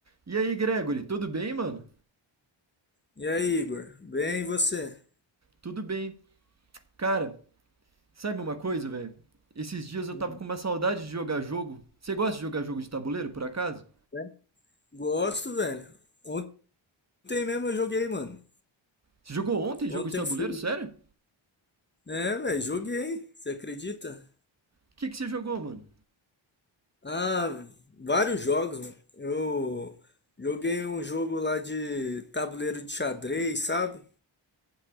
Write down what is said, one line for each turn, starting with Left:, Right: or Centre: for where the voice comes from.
Right: E aí, Gregory, tudo bem, mano?
Left: E aí, Igor? Bem, e você?
Right: Tudo bem. Cara, sabe uma coisa, velho? Esses dias eu
Left: Hum,
Right: tava com uma saudade de jogar jogo. Você gosta de jogar jogo de tabuleiro, por acaso?
Left: né? Gosto, velho. Ontem mesmo eu joguei, mano.
Right: Você jogou ontem jogo
Left: Ontem
Right: de tabuleiro?
Left: eu fui.
Right: Sério?
Left: É, velho, joguei. Você acredita?
Right: O que que você jogou, mano?
Left: Ah, vários jogos, mano. Eu joguei um jogo lá de tabuleiro de xadrez, sabe?